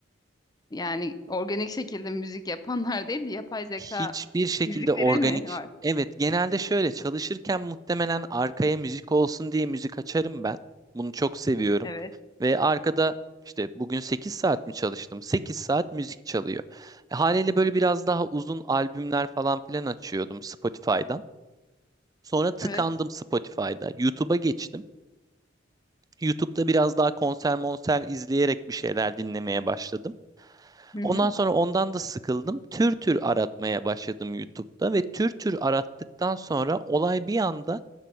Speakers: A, on the left; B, on the right.
A: Yani organik şekilde müzik yapanlar değil de yapay zeka
B: Hiçbir şekilde
A: müzikleri
B: organik.
A: mi var?
B: Evet, genelde şöyle çalışırken muhtemelen arkaya müzik olsun diye müzik açarım ben. Bunu çok seviyorum.
A: Evet.
B: Ve arkada işte bugün 8 saat mi çalıştım? 8 saat müzik çalıyor. E, Haliyle böyle biraz daha uzun albümler falan filan açıyordum Spotify'dan. Sonra tıkandım
A: Evet.
B: Spotify'da. YouTube'a geçtim. YouTube'da biraz daha konser monser izleyerek bir şeyler dinlemeye başladım.
A: <laughs>
B: Ondan sonra ondan da sıkıldım. Tür tür aratmaya başladım YouTube'da ve tür tür arattıktan sonra olay bir anda